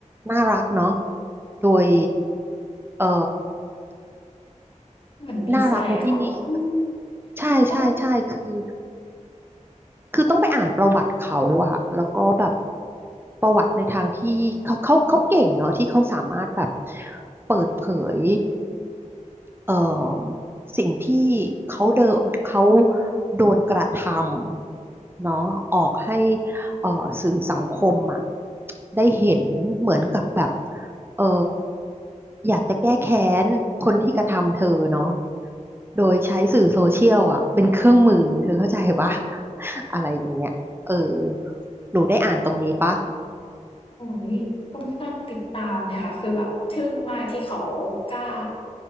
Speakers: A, on the right; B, on the left.
A: น่ารักเนาะโดยเอ่อ
B: เหมือนนิสัยเขาอืม
A: น่ารักในที่นี้คือแบบใช่ใช่ใช่คือ
B: ก็
A: คือต้องไปอ่านประวัติเขาอะแล้วก็แบบประวัติในทางที่เขาเขาเขาเก่งเนาะที่เขาสามารถแบบเปิดเผย เอ่อสิ่งที่เขาเดนเขาโดนกระทำเนาะออกให้เอ่อสื่อสังคมอ่ะได้เห็นเหมือนกับแบบเอ่ออยากจะแก้แค้นคนที่กระทำเธอเนาะโดยใช้สื่อโซเชียลอ่ะเป็นเครื่องมือเธอเข้าใจปะ <laughs> อะไรอย่างเงี้ยเออหนูได้อ่านตรงนี้ปะ
B: โอ้โฮค่อนข้างติดตามนะคะคือแบบทึ่งมากที่เขากล้า